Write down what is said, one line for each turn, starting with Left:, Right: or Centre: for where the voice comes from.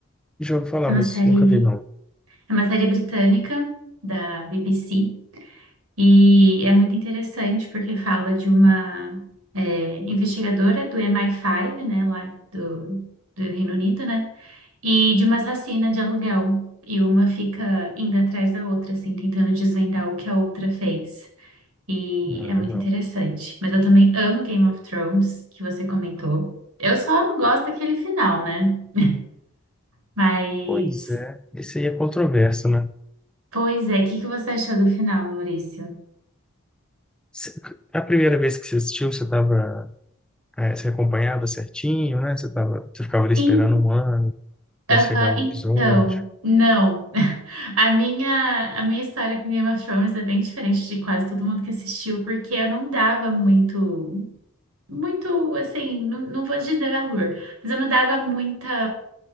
Centre: Já ouvi falar,
Right: É uma
Centre: mas
Right: série,
Centre: nunca vi, não.
Right: é uma série britânica da BBC e é muito interessante porque fala de uma é, investigadora do MI5, né, lá do, do Reino Unido, né? e de uma assassina de aluguel. E uma fica indo atrás da outra, assim, tentando desvendar o que a outra fez. E
Centre: Não
Right: é
Centre: é
Right: muito
Centre: legal.
Right: interessante. Mas eu também amo Game of Thrones, que você comentou. Eu só não gosto daquele final, né? <laughs> Mas,
Centre: Pois é, esse aí é controverso, né?
Right: pois é, o que que você achou do final, Maurício?
Centre: Cê- A primeira vez que você assistiu, você estava É, você acompanhava certinho, né? Você tava, você ficava ali
Right: In...
Centre: esperando um ano para
Right: Aham,
Centre: chegar
Right: então,
Centre: o episódio.
Right: não. <laughs> A minha, a minha história com Game of Thrones é bem diferente de quase todo mundo que assistiu, porque eu não dava muito. muito assim, não, não vou dizer valor, mas eu não dava muita,